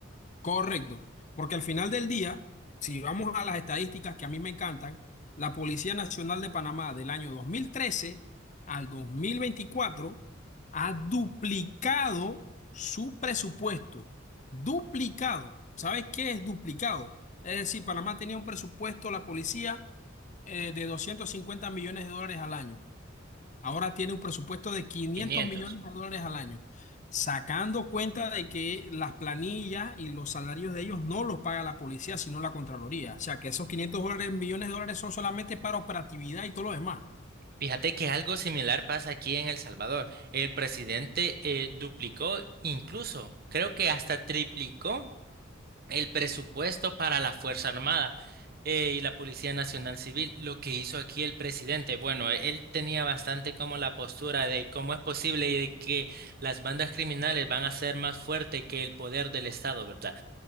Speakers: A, on the left; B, on the right.
A: Correcto, porque al final del día, si vamos a las estadísticas que a mí me encantan, la Policía Nacional de Panamá del año 2013 al 2024 ha duplicado su presupuesto. Duplicado. ¿Sabes qué es duplicado? Es decir, Panamá tenía un presupuesto, la policía, eh, de 250 millones de dólares al año. Ahora tiene un presupuesto de quinientos
B: 500.
A: millones de dólares al año, sacando cuenta de que las planillas y los salarios de ellos no los paga la policía, sino la Contraloría. O sea, que esos 500 dólares, millones de dólares son solamente para operatividad y todo lo demás.
B: Fíjate que algo similar pasa aquí en El Salvador. El presidente eh, duplicó, incluso creo que hasta triplicó el presupuesto para la Fuerza Armada eh, y la Policía Nacional Civil. Lo que hizo aquí el presidente, bueno, e- él tenía bastante como la postura de cómo es posible y de que las bandas criminales van a ser más fuertes que el poder del Estado, ¿verdad?